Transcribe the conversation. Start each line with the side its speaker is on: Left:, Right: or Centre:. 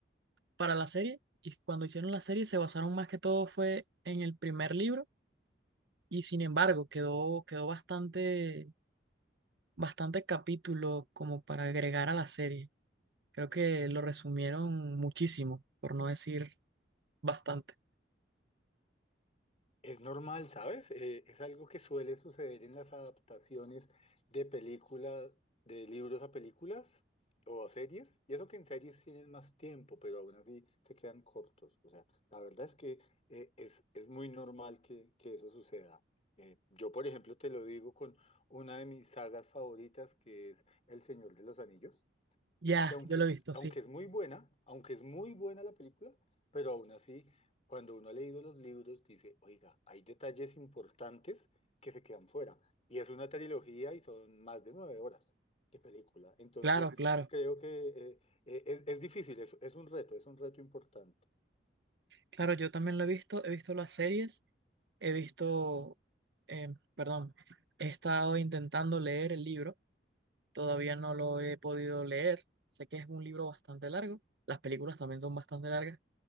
Right: para la serie y cuando hicieron la serie se basaron más que todo fue en el primer libro y sin embargo quedó, quedó bastante bastantes capítulos como para agregar a la serie. Creo que lo resumieron muchísimo, por no decir bastante.
Left: Es normal, ¿sabes? Eh, es algo que suele suceder en las adaptaciones de películas, de libros a películas o a series. Y eso que en series tienen más tiempo, pero aún así se quedan cortos. O sea, la verdad es que eh, es, es muy normal que, que eso suceda. Eh, yo, por ejemplo, te lo digo con una de mis sagas favoritas, que es El Señor de los Anillos
Right: Ya,
Left: que aunque
Right: yo lo
Left: es,
Right: he visto,
Left: aunque
Right: sí.
Left: es muy buena, aunque es muy buena la película, pero aún así, cuando uno ha leído los libros, dice, oiga, hay detalles importantes que se quedan fuera. Y es una trilogía y son más de nueve horas de película. Entonces,
Right: Claro, claro.
Left: creo que eh, eh, es, es difícil, es, es un reto, es un reto importante.
Right: Claro, yo también lo he visto, he visto las series, he visto, eh, perdón, he estado intentando leer el libro, todavía no lo he podido leer, sé que es un libro bastante largo, las películas también son bastante largas,